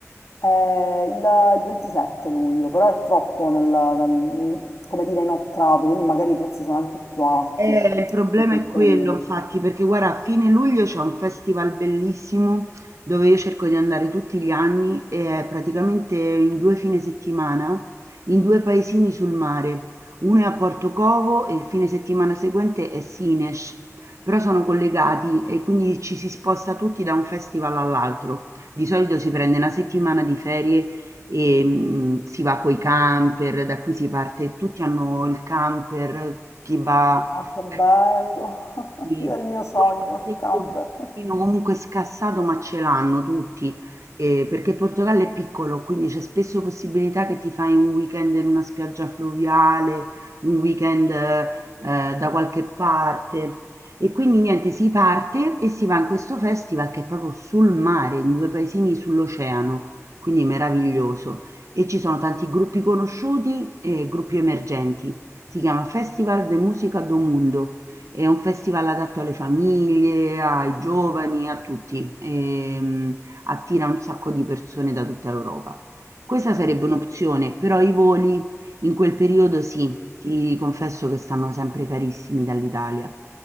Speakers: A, on the left (about 70°); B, on the right (about 70°).
A: È il, il 27 luglio, però è troppo nel, nel- come dire, inoltrato, quindi magari i prezzi sono anche più alti
B: Eh, il problema
A: in quel
B: è quello,
A: periodo.
B: infatti, perché guarda, a fine luglio c'è un festival bellissimo dove io cerco di andare tutti gli anni e è praticamente in due fine settimana in due paesini sul mare. Uno è a Portocovo e il fine settimana seguente è Sines, però sono collegati e quindi ci si sposta tutti da un festival all'altro. Di solito si prende una settimana di ferie e mh, si va coi camper, da qui si parte, tutti hanno il camper, chi va
A: Ah, che bello!
B: eh sì,
A: <laughs> Io è il mio sogno,
B: oltretutto
A: il
B: il
A: camper.
B: furbettino comunque scassato, ma ce l'hanno tutti, ehm, perché il Portogallo è piccolo, quindi c'è spesso possibilità che ti fai un weekend in una spiaggia fluviale, un weekend, ehm, da qualche parte. E quindi niente, si parte e si va in questo festival che è proprio sul mare, in due paesini sull'oceano, quindi meraviglioso. E ci sono tanti gruppi conosciuti e gruppi emergenti. Si chiama Festival de Música do Mundo. È un festival adatto alle famiglie, ai giovani, a tutti, ehm, attira un sacco di persone da tutta Europa. Questa sarebbe un'opzione, però i voli in quel periodo sì, ti confesso che stanno sempre carissimi dall'Italia.